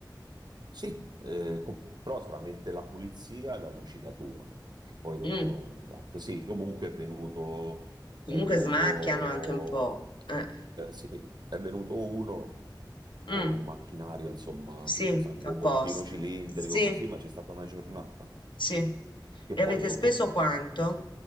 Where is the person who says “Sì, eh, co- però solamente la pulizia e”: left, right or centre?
Right